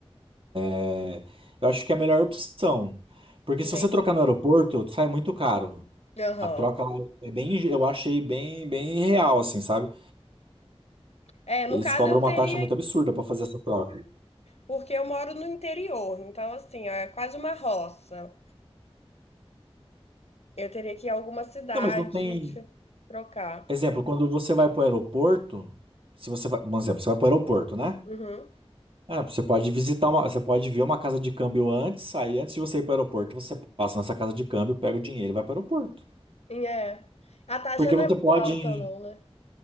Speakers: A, on the right; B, on the left.
A: é, eu acho que é a melhor opção. Porque
B: entendi.
A: se você trocar no aeroporto, sai muito caro.
B: Aham.
A: A troca lá é bem, eu achei bem, bem real, assim, sabe?
B: É, no
A: Eles
B: caso
A: cobram
B: eu
A: uma
B: teria.
A: taxa muito absurda pra fazer essa troca.
B: Porque eu moro no interior, então assim, ó, é quase uma roça. Eu teria que ir a alguma cidade
A: Não, mas não tem.
B: de- trocar.
A: Exemplo, quando você vai para o aeroporto, se você vai, um exemplo, você vai para o aeroporto, né?
B: Uhum.
A: Ah, você pode visitar uma, você pode ver uma casa de câmbio antes, aí antes de você ir para o aeroporto, você passa nessa casa de câmbio, pega o dinheiro e vai para o aeroporto.
B: E É. A taxa
A: Porque
B: não
A: você
B: é muito
A: pode,
B: alta, não, né?